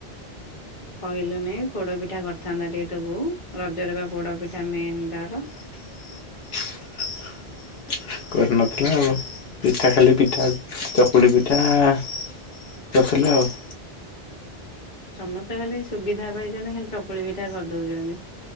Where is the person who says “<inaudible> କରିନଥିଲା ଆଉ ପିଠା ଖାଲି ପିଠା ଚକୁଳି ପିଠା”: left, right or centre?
Left